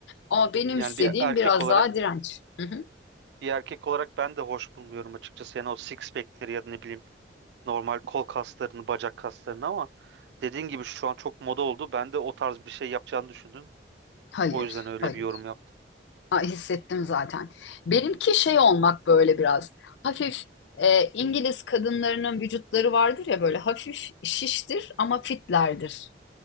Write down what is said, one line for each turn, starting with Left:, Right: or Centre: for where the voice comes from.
Left: Ama benim
Right: Yani
Left: istediğim
Right: bir erkek
Left: biraz
Right: olarak
Left: daha direnç. Hı hı.
Right: bir erkek olarak ben de hoş bulmuyorum açıkçası. Yani o six pack'leri ya da ne bileyim Normal kol kaslarını, bacak kaslarını ama dediğin gibi şu an çok moda oldu. Ben de o tarz bir şey yapacağını düşündüm.
Left: Hayır,
Right: O yüzden öyle
Left: hayır.
Right: bir yorum yaptım.
Left: Aa, hissettim zaten. Benimki şey olmak böyle biraz hafif e, İngiliz kadınlarının vücutları vardır ya böyle hafif şiştir ama fitlerdir.